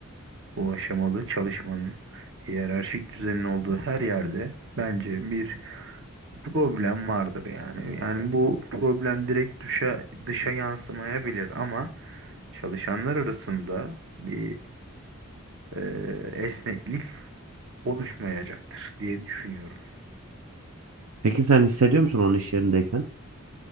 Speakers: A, on the right; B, on the right.
A: bu aşamalı çalışmanın hiyerarşik düzenin olduğu her yerde bence bir problem vardır yani. Yani bu problem direkt dışa, dışa yansımayabilir ama çalışanlar arasında bir eee, esneklik oluşmayacaktır diye düşünüyorum.
B: Peki sen hissediyor musun onun iş yerindeyken?